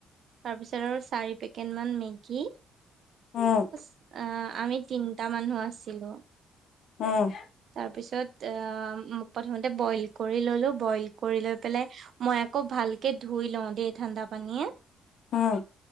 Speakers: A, on the right (about 65°); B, on the left (about 70°).
A: তাৰপিছত আৰু চাৰি পেকেট মান মেগী
B: উম
A: অ', আমি তিনটা মানুহ আছিলো।
B: উম
A: তাৰ পিছত আহ, মোক প্ৰথমতে বইল কৰি ল'লো, বইল কৰি লৈ পেলাই মই আকৌ ভালকে ধুই লওঁ দেই ঠাণ্ডা পানীয়ে
B: উম